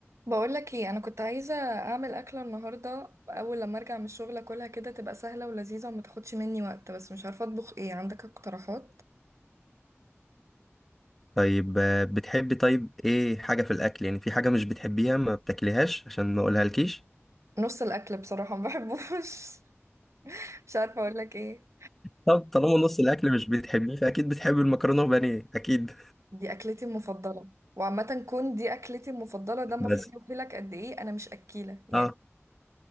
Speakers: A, on the right; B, in the centre.
A: بقولك ايه انا كنت عايزه اعمل اكله النهارده اول لما ارجع من الشغل اكلها كده تبقى سهله ولذيذه وما تاخدش مني وقت بس مش عارفه اطبخ ايه عندك اقتراحات
B: طيب آه، بتحبي طيب ايه حاجة في الأكل يعني في حاجة مش بتحبيها ما بتاكليهاش عشان ما أقولها لكيش
A: نص الاكل بصراحه ما بحبوش <laughs> مش عارفه اقولك ايه
B: طب طالما نص الأكل مش بتحبيه فأكيد بتحبي المكرونة وبانيه أكيد
A: دي اكلتي المفضله وعامه كون دي اكلتي المفضله
B: <laughs>
A: ده المفروض
B: بس
A: يوحيلك قد ايه انا مش اكيله يعني
B: اه